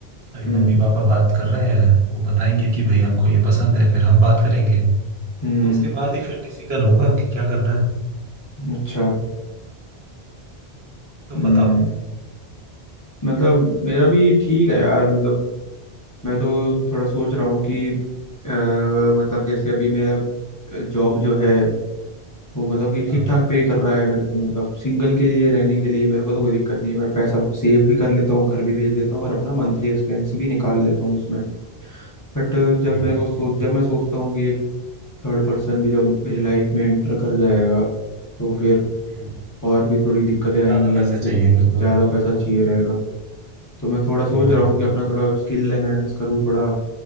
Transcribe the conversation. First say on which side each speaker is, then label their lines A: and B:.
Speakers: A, on the right; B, on the left.
A: अभी
B: हम्म
A: मम्मी पापा बात कर रहे हैं वो बताएंगे कि भाई हमको ये पसंद है फिर हम बात करेंगे
B: हम्म
A: तो उसके बाद ही फिर डिसीजन होगा कि क्या करना है
B: अच्छा
A: तुम
B: हम्म
A: बताओ
B: मतलब मेरा भी ठीक है यार मतलब मैं तो थोड़ा सोच रहा हूँ कि अ, मतलब जैसे अभी मेरा जॉब जो है वो मतलब कि ठीक
A: हाँ
B: ठाक पे कर रहा है मेरे को मतलब सिंगल के लिए रहने के लिए मेरे को तो कोई दिक्कत नहीं है मैं पैसा सेव भी कर लेता हूँ घर भी भेज देता हूँ और अपना मंथली एक्सपेंस भी निकाल लेता हूँ उसमें बट जब
A: बढ़िया
B: मेरे
A: है
B: को सोच
A: ये तो
B: जब मैं सोचता हूँ कि एक थर्ड पर्सन भी जब मेरी लाइफ में एंटर कर जाएगा तो फिर
A: हम्म,
B: और भी थोड़ी दिक्कतें आएंगी
A: ज्यादा पैसे चाहिए
B: फिर
A: फिर तो
B: ज़्यादा पैसा चाहिए रहेगा तो मैं थोड़ा सोच
A: हम्म
B: रहा हूँ कि अपना थोड़ा स्किल एनहेंस करूँ थोड़ा